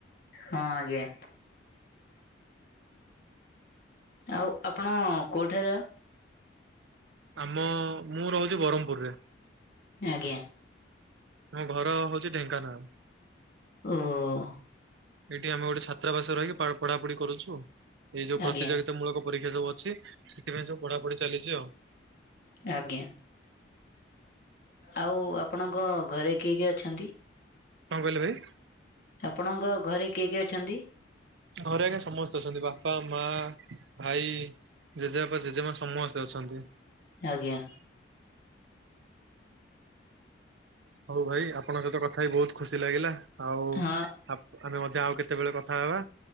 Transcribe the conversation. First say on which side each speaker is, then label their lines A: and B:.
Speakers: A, on the left; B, on the right.
A: ହଁ ଆଜ୍ଞା, ଆଉ ଆପଣ କୋଉଠାରେ,
B: ଆମ ମୁଁ ରହୁଛି ବ୍ରହ୍ମପୁର ରେ,
A: ଆଜ୍ଞା,
B: ନାଇଁ ଘର ହଉଛି ଢେଙ୍କାନାଳ,
A: ଉଁ ଙ,
B: ଏଇଠି ଆମ ଗୋଟେ ଛାତ୍ରାବାସର ରହିକି ପାଢ଼ ପଢ଼ା ପଢ଼ି କରୁଛୁ ଏଇ ଯୋଉ
A: ଆଜ୍ଞା
B: ପ୍ରତିଯୋଗିତ ସେ ମୂଳକ ପରୀକ୍ଷା ସବୁ ଅଛି ସେଥିପାଇଁ ସବୁ ପଢ଼ାପଢ଼ି ଚାଲିଛି ଆଉ,
A: ଆଜ୍ଞା, ଆଉ ଆପଣଙ୍କ ଘରେ କିଏ-କିଏ ଅଛନ୍ତି?
B: କଁ କହିଲେ ଭାଇ?
A: ଆପଣଙ୍କ ଘରେ କିଏ-କିଏ ଅଛନ୍ତି?
B: ଘରେ ଆଜ୍ଞା ସମସ୍ତେ ଅଛନ୍ତି ବାପା, ମା, ଭାଇ, ଜେଜେବାପା, ଜେଜେମା ସମସ୍ତେ ଅଛନ୍ତି।
A: ଆଜ୍ଞା,
B: ହଉ ଭାଇ ଆପଣଙ୍କ ସହିତ କଥା ହେଇ ବହୁତ୍ ଖୁସି ଲାଗିଲା ଆଉ
A: ହଁ
B: ଆପ୍ ଆମେ ମଧ୍ୟେ ଆଉ କେତେବେଳେ କଥା ହେବା,